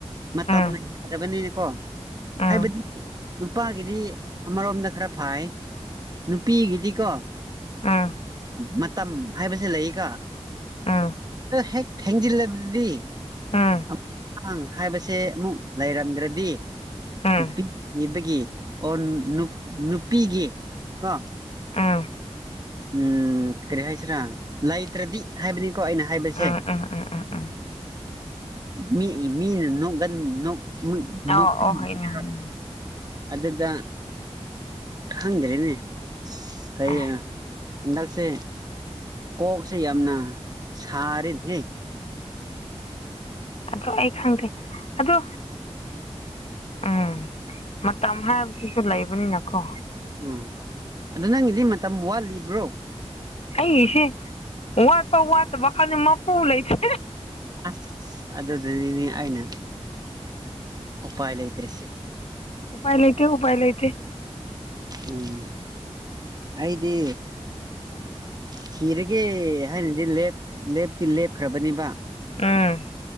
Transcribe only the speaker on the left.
ꯎꯝ
ꯎꯝ
ꯎꯝ
ꯎꯝ
ꯎꯝ
ꯎꯝ
ꯎꯝ
ꯎꯝ ꯎꯝ ꯎꯝ ꯎꯝ ꯎꯝ
ꯑꯣ ꯑꯣ ꯍꯣꯏꯅꯦ ꯍꯣꯏꯅꯦ
ꯑꯁ
ꯑ ꯑꯩ ꯈꯪꯗꯦ ꯑꯗꯨ ꯎꯝ ꯃꯇꯝ ꯍꯥꯏꯕꯁꯤꯁꯨ ꯂꯩꯕꯅꯤꯅꯀꯣ
ꯑꯩꯁꯦ ꯋꯥꯠꯄ ꯋꯥꯠꯇꯕ ꯈꯜꯗꯦ ꯃꯄꯨ ꯂꯩꯇꯦ
ꯎꯄꯥꯥꯏ ꯂꯩꯇꯦ ꯎꯄꯥꯥꯏ ꯂꯩꯇꯦ
ꯎꯝ